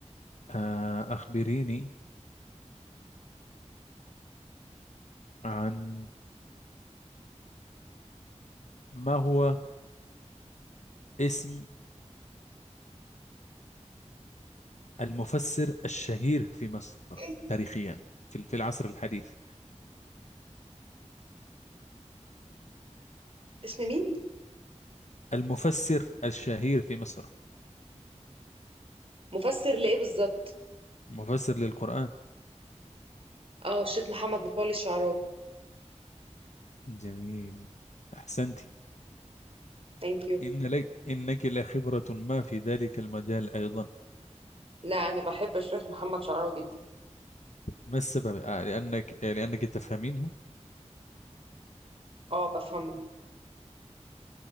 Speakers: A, on the left; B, on the right.
A: آه أخبريني عن ما هو اسم للمفسر الشهير في مصر
B: إيه؟
A: تاريخيا في في العصر الحديث
B: اسم مين؟
A: المفسر الشهير في مصر
B: مفسر لإيه بالظبط؟
A: مفسر للقرآن
B: اه الشيخ محمد متولي الشعراوي
A: جميل أحسنت
B: ثانك يو
A: إن لك إنك لخبرة ما في ذلك المجال أيضا
B: لا أنا بحب الشيخ محمد شعراوي جدا
A: ما السبب آه، لأنك آه، لأنك تفهمينه
B: اه بفهمه